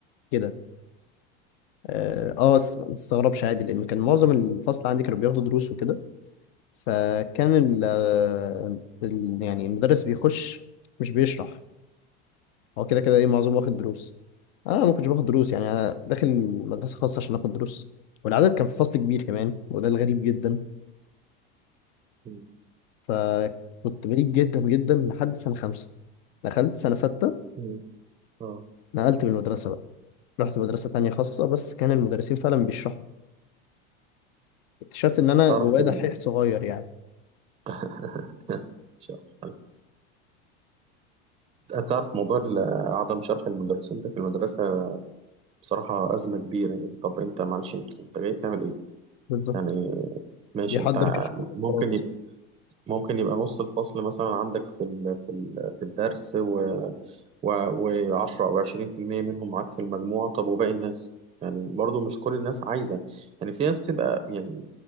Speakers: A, on the left (about 65°); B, on the right (about 20°).
A: كده اه آه، ما تستغربش عادي لان كان معظم الفصل عندي كانوا بياخدوا دروس وكده فكان ال آه، ال- يعني المدرس بيخش مش بيشرح هو كده
B: مم،
A: كده ايه معظمه واخد دروس آه، انا ما كنتش باخد دروس يعني انا داخل مدرسه خاصه عشان اخد دروس والعدد كان في فصل كبير كمان وده الغريب جدا
B: مم،
A: فكنت بعيد جدا جدا لحد سنه خمسة دخلت سنه ستة
B: مم. اه
A: نقلت من المدرسه بقى رحت مدرسه تانية خاصه بس كان المدرسين فعلا بيشرحوا اكتشفت ان انا
B: تعرف
A: جوايا
B: ال...
A: دحيح صغير يعني
B: <laughs> شخص تعرف موضوع ال- عدم شرح المدرسين ده في المدرسة بصراحة أزمة كبيرة يعني طب أنت معلش أنت أنت جاي بتعمل إيه؟
A: بالظبط
B: يعني ماشي
A: بيحضر
B: أنت ع-
A: كشكول وخلاص
B: ممكن يبقى ممكن يبقى نص الفصل مثلا عندك في ال... في ال... في الدرس و10 او 20% منهم معاك في المجموع طب وباقي الناس يعني برضو مش كل الناس عايزة يعني في ناس بتبقى يعني